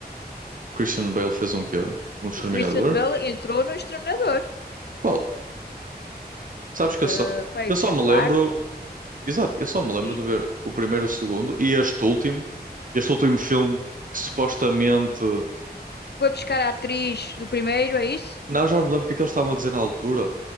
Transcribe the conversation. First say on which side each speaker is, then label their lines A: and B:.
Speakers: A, on the right; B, on the left.
A: O Christian Bale fez um quê? Um Exterminador?
B: O Christian Bale entrou no Exterminador.
A: Qual? Sabes que eu só,
B: Ah, Pá,
A: eu
B: que
A: só
B: é
A: me
B: quarto?
A: lembro, exato, eu só me lembro
B: Quinto?
A: de ver o primeiro, o segundo e este último, este último filme que supostamente,
B: Foi buscar a atriz do primeiro, é isso?
A: não, já não me lembro o que é que eles estavam a dizer na altura,